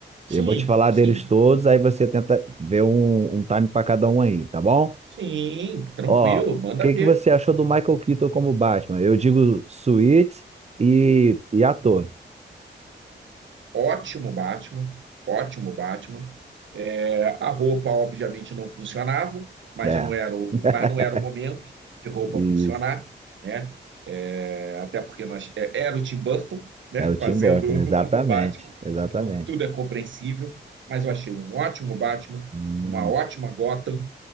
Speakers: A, on the right; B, on the right.
A: sim,
B: Eu vou te falar deles
A: sim,
B: todos, aí você tenta ver um, um time para cada um aí, tá bom?
A: sim, tranquilo,
B: Ó, o
A: manda
B: que
A: ver.
B: que você achou do Michael Keaton como Batman? Eu digo suíte e, e ator.
A: ótimo Batman, ótimo Batman. É, a roupa, obviamente, não funcionava, mas
B: É,
A: não era o,
B: <laughs>
A: mas não era o momento de roupa
B: isso.
A: funcionar, né? É, até porque nós, é, era o Tim Burton, né,
B: Era
A: fazendo
B: o Tim Burton,
A: <laughs>
B: exatamente,
A: o, o Batman,
B: exatamente.
A: então tudo é compreensível, mas eu achei um ótimo Batman,
B: Hum,
A: uma ótima Gotham,